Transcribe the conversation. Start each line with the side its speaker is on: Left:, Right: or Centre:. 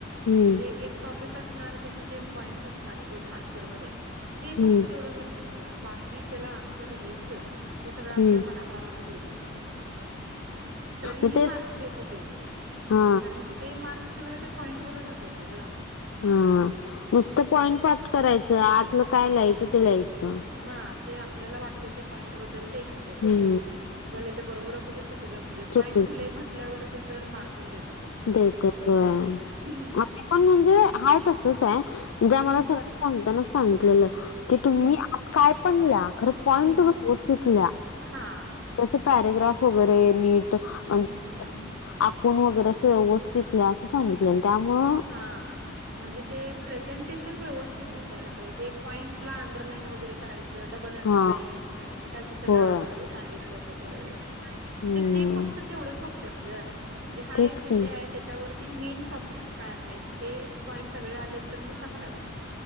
Right: म्हणजे
Left: हम्म
Right: जे टॉपिक असणार त्याचे जे पॉईंट्स असणार आन्सरमध्ये ते
Left: हम्म
Right: फक्त तेवढंच लक्षात ठेवणार बाकी ज्याला आन्सर लिहायचं हे सगळं आपल्या
Left: हम्म
Right: मनाप्रमाणच लिहित होतो. तरीही
Left: मग तेच
Right: मार्क्स देत होते.
Left: हा
Right: कारण की ते मार्क सगळं त्या पॉईंटवरच असायचं गं.
Left: हा नुसत पॉइंट पाठ करायचं आतलं काय लिहायचं ते लिहायचं.
Right: हा जे आपल्याला वाटते त्या पॉईंटबद्दल ते एक्सप्लेन करायचं
Left: हम्म
Right: भले ते बरोबर असुदे. चुकीचं असुदे पॉईंट
Left: चुक
Right: लिहिले म्हटल्यावर ते सर मार्कच देत. होते त्यावेळेस.
Left: देतात होय,
Right: हम्म
Left: आता पण म्हणजे आहे तसच आहे जे आम्हाला
Right: हम्म
Left: सर सांगताना सांगितलेलं की
Right: हम्म
Left: तुम्ही आत काय पण ल्या. पॉईंट
Right: हम्म
Left: व्यवस्थित ल्या,
Right: हा
Left: जस पॅरेग्राफ वगैरे नीट. म्हणजे
Right: हम्म हम्म
Left: आखून वगैरे असं व्यवस्थित लिहा असं सांगितलेलं त्यामुळ
Right: हा. म्हणजे ते प्रेझेंटेशन व्यवस्थित दिसायला पाहिजे, पॉईंटला अंडरलाईन वगैरे. करायचं डबल अंडरलाईन
Left: हा
Right: हे असं सगळं
Left: होय
Right: आम्हाला बी सांगितलं होतं त्यावेेळेस.
Left: हम्म
Right: ते फक्त तेवढंच बघतात ग म्हणजे हा
Left: तेच
Right: एक विषय
Left: की
Right: आहे त्याच्यावरती मेन पिक्स काय आहेत हे पॉइंट सगळे आलेत तर मग संपला विषय.